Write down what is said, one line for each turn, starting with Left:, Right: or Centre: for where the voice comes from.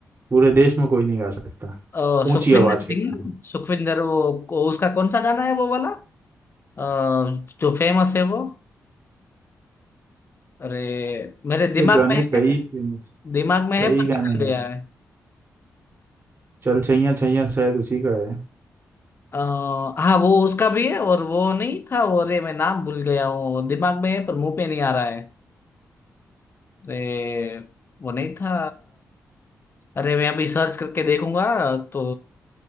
Right: पूरे देश में कोई नहीं गा सकता
Left: अ,
Right: ऊंची
Left: सुखविंदर
Right: आवाज के
Left: सिंह
Right: गाने
Left: ना? सुखविंदर वो को- उसका कौन सा गाना है वो वाला अ, जो फेमस है वो अरे मेरे
Right: उसके
Left: दिमाग
Right: गाने
Left: में
Right: कई
Left: है
Right: फेमस
Left: दिमाग में
Right: कई
Left: है पर
Right: गाने
Left: निकल
Right: हैं
Left: गया है
Right: चल छैया छैया शायद उसी का है
Left: अ, हाँ वो उसका भी है और वो नहीं था वो अरे मैं नाम भूल गया हूँ दिमाग में है पर मुंह पे नहीं आ रहा है अरे वो नहीं था अरे मैं अभी सर्च करके देखूंगा तो